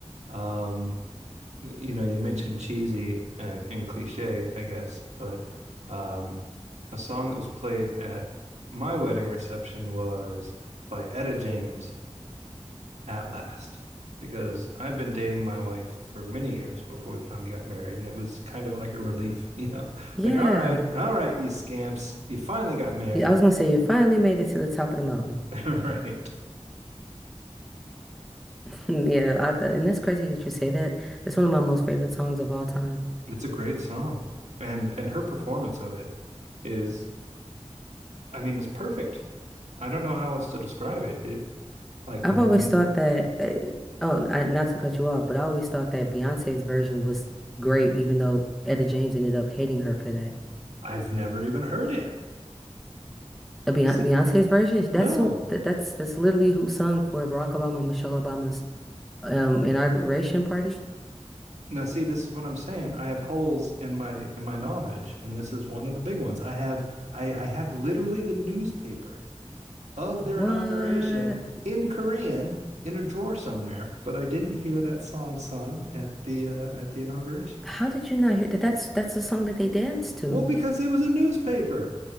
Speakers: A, on the right; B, in the centre.
A: um, you know, you mentioned cheesy and, and cliche, I guess, but um, a song that was played at my wedding reception was by Etta James, At Last, because I've been dating my wife for many years before we finally got married, and it was kind of like a relief, you know, <laughs>
B: Yeah.
A: like, all right, all right, you scamps, you finally got married.
B: Yeah, I was gonna say you finally made it to the top of the mountain.
A: <laughs> All right.
B: <laughs> Yeah, I, th- and it's crazy that you say that. It's one of my most favorite songs of all time.
A: It's a great song. And and her performance of it is I mean it's perfect. I don't know how else to describe it. It like
B: I've
A: n-
B: always thought that, uh, oh, I, not to cut you off, but I always thought that Beyonce's version was great, even though Etta James ended up hating her for that.
A: I've never even heard it.
B: Uh, Beyon-
A: See?
B: Beyonce's version, that's
A: No.
B: who, th- that's that's literally who sung for Barack Obama and Michelle Obama's Um, inauguration party?
A: Now see this is what I'm saying. I have holes in my in my knowledge and this is one of the big ones. I have I I have literally the newspaper of
B: What?
A: their inauguration in Korean in a drawer somewhere, but I didn't hear that song sung at the uh, at the inauguration.
B: How did you not hear that? That's that's the song that they danced to.
A: Well, because it was a newspaper.